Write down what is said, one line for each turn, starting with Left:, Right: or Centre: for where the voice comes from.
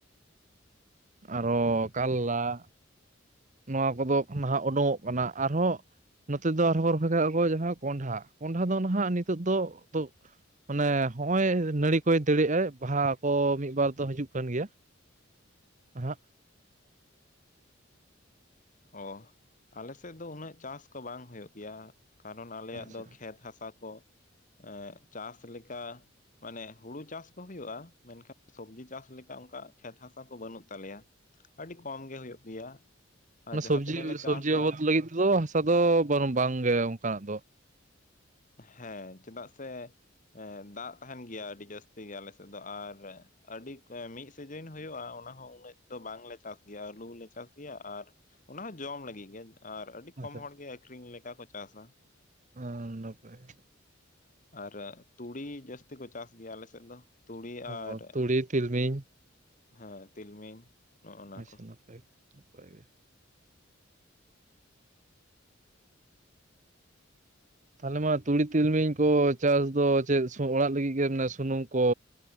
Right: ᱟᱨᱚ ᱠᱟᱞᱞᱟ ᱾ ᱱᱚᱣᱟ ᱠᱚᱫᱚ ᱱᱟᱦᱟᱜ ᱩᱰᱩᱝ-ᱚᱜ ᱠᱟᱱᱟ ᱟᱨᱦᱚᱸ ᱱᱚᱛᱮ ᱫᱚ ᱟᱨᱦᱚᱸ ᱨᱚᱠᱚᱭ ᱠᱟᱜ-ᱟ ᱠᱚ ᱡᱟᱦᱟᱸ ᱠᱚᱸᱰᱷᱟ ᱠᱚᱸᱰᱷᱟ ᱫᱚ ᱱᱟᱦᱟᱜ ᱱᱤᱛᱚᱜ ᱫᱚ ᱛᱚ ᱢᱟᱱᱮ ᱦᱚᱜ-ᱚᱭ ᱱᱟᱹᱲᱤ ᱠᱚᱭ ᱫᱟᱹᱲᱮᱜ ᱟᱭ ᱵᱟᱦᱟ ᱠᱚ ᱢᱤᱫ ᱵᱟᱨ ᱫᱚ ᱦᱤᱡᱩᱜ ᱠᱟᱱ ᱜᱮᱭᱟ᱾ ᱦ <unintelligible>
Left: ᱚᱸ ᱟᱞᱮ ᱥᱮᱫ ᱫᱚ ᱩᱱᱟᱹᱜ ᱪᱟᱥ ᱠᱚ ᱵᱟᱝ ᱦᱩᱭᱩᱜ ᱜᱮᱭᱟ᱾ ᱠᱟᱨᱚᱱ ᱟᱞᱮᱭᱟᱜ
Right: ᱟᱪᱪᱷᱟ
Left: ᱫᱚ ᱠᱷᱮᱛ ᱦᱟᱥᱟ ᱠᱚ ᱮ ᱪᱟᱥ ᱞᱮᱠᱟᱼᱼ ᱢᱟᱱᱮ ᱦᱩᱲᱩ ᱪᱟᱥ ᱠᱚ ᱦᱩᱭᱩᱜᱼᱟ, ᱢᱮᱱᱠᱷᱟᱱ ᱥᱚᱵᱡᱤ ᱪᱟᱥ ᱞᱮᱠᱟ ᱚᱱᱠᱟ ᱠᱷᱮᱛ ᱦᱟᱥᱟ ᱠᱚ ᱵᱟᱹᱱᱩᱜ ᱛᱟᱞᱮᱭᱟ᱾ ᱟᱹᱰᱤ ᱠᱚᱢ ᱜᱮᱮ ᱦᱩᱭᱩᱜ ᱜᱮᱭᱟ᱾
Right: ᱢᱟᱱᱮ
Left: ᱟᱨ ᱡᱟᱦᱟᱸ
Right: ᱥᱚᱵᱽᱡᱤ
Left: ᱛᱤᱱᱟᱹᱜ ᱞᱮ
Right: ᱥᱚᱵᱽᱡᱤ
Left: ᱪᱟᱥᱟ
Right: ᱵᱟᱵᱚᱫ ᱞᱟᱹᱜᱤᱫ ᱛᱮᱫᱚ ᱦᱟᱥᱟ ᱫᱚ ᱵᱟᱝ ᱜᱮ ᱚᱱᱠᱟᱱᱟᱜ ᱫᱚ᱾
Left: ᱦᱮᱸ ᱪᱮᱫᱟᱜ ᱥᱮ ᱫᱟᱜ ᱛᱟᱦᱮᱱ ᱜᱮᱭᱟ ᱟᱹᱰᱤ ᱡᱟᱹᱥᱛᱤ ᱜᱮ ᱟᱞ ᱥᱮᱫ ᱫᱚ ᱟᱨᱼᱼ ᱟᱹᱰᱤ ᱢᱤᱫ ᱥᱤᱡᱤᱱ ᱦᱩᱭᱩᱜᱼᱟ, ᱚᱱᱟᱦᱚᱸ ᱩᱱᱟᱹᱜ ᱫᱚ ᱵᱟᱝᱞᱮ ᱪᱟᱥ ᱜᱮᱭᱟ ᱾ ᱟᱹᱞᱩᱮ ᱪᱟᱥ ᱜᱮᱭᱟ ᱟᱨᱼᱼ ᱚᱱᱟ ᱦᱚᱸ ᱡᱚᱢ ᱞᱟᱹᱜᱤᱫ ᱜᱮ ᱟᱨ ᱟᱹᱰᱤ
Right: ᱟᱪᱪᱷᱟ
Left: ᱠᱚᱢ ᱦᱚᱲ ᱜᱮ ᱟᱠᱷᱨᱤᱧ ᱞᱮᱠᱟ ᱠᱚ ᱪᱟᱥᱟ ᱾
Right: ᱦᱚᱸ ᱱᱟᱯᱟᱭ ᱜᱮ ᱾
Left: ᱟᱨ ᱛᱩᱲᱤ ᱡᱟᱹᱥᱛᱤ ᱠᱚ ᱪᱟᱥ ᱜᱮᱭᱟ ᱟᱞᱮ ᱥᱮᱫ ᱫᱚ ᱛᱩᱲᱤ
Right: ᱚ
Left: ᱟᱨᱼᱼ
Right: ᱛᱩᱲᱤ ᱛᱤᱞᱢᱤᱧ
Left: ᱦᱮᱸ ᱛᱤᱞᱢᱤᱧ᱾ ᱱᱟ
Right: ᱟᱪᱪᱷᱟ
Left: ᱠᱚ
Right: ᱱᱟᱯᱟᱭ ᱜᱮ ᱱᱟᱯᱟᱭ ᱜᱮ ᱾ ᱛᱟᱦᱚᱞᱮ ᱢᱟ ᱛᱩᱲᱤ ᱛᱤᱞᱢᱤᱧ ᱠᱚ ᱪᱟᱥ ᱫᱚ ᱪᱮᱫ ᱚᱲᱟᱜ ᱞᱟᱹᱜᱤᱫ ᱜᱮ ᱢᱟᱱᱮ ᱥᱩᱱᱩᱢ ᱠᱚᱼᱼ